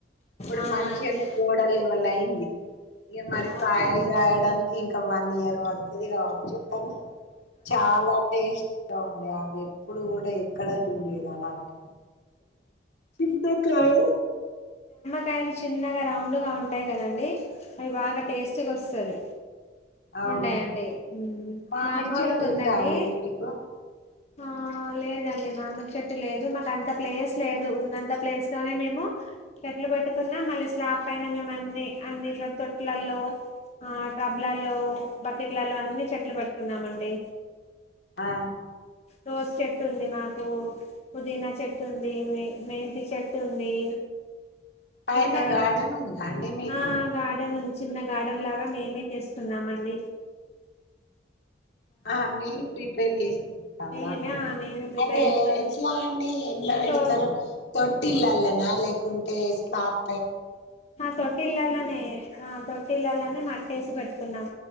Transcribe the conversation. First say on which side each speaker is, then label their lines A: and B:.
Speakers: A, on the left (about 75°); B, on the left (about 40°).
A: ఇప్పుడు
B: అవునా
A: మంచిగానే
B: అండి
A: గోడలు లెవల్ అయింది ఇగ మరి
B: ఆ
A: కాయలుగాయడు డానికి ఇంకా వన్ ఇయర్ పడుతుది కావచ్చు కానీ చాలా టేస్టీగా ఉండే అవి ఎప్పుడు కూడా ఎక్కడ జూలేదు లాలంటు చిన్న కాయ
B: కాయలు చిన్నగా రౌండ్ గా ఉంటాయి కదండి అది బాగా టేస్ట్గా వస్తు తారే
A: అవును
B: ఉంటాయండి
A: మామిడి
B: మా అమ్మ
A: చెట్టు
B: వాళ్ళకి ఉందండి
A: ఉందా అండి మీకు
B: ఆ లేదండి మామి చెట్టు లేదు మాకు అంత ప్లేస్ లేదు ఉన్నంత ప్లేస్ తోనే మేము చెట్లు పెట్టుకున్నా మళ్ళీ స్లాప్ పైన మేము అన్ని అన్నిట్లో తొట్లలో ఆ ట్రబుల్లో బకెట్లలో అన్ని చెట్లు పెట్టుకున్నామండి
A: ఆ
B: రోస్ చెట్టు ఉంది మాకు పుదీనా చెట్టుంది మెంతి చెట్టు ఉంది
A: పైన
B: ఇంకా
A: గార్డెన్ ఉందా అండి మీకు
B: ఆ గార్డెన్ ఉంది చిన్న గార్డెన్ లాగా మేమే చేస్తున్నామండి
A: ఆ మీరు ప ప్రిపేర్ చేస అలాంటి
B: మేమే ఆ మేమే ప్రిపేర్
A: అయితే
B: చేస్తాను
A: ఎట్లా అండి ఎల్లా పెడతారు
B: సో
A: తొట్టిల్లాలన లేకుంటే స్లాప్
B: తొట్టల్లనే ఆ తో మట్టిలలోనే మట్టేసి పెట్టుకున్నాం